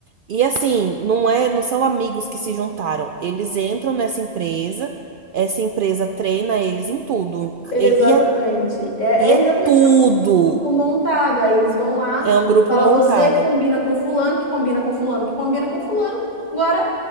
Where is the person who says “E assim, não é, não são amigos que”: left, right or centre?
Right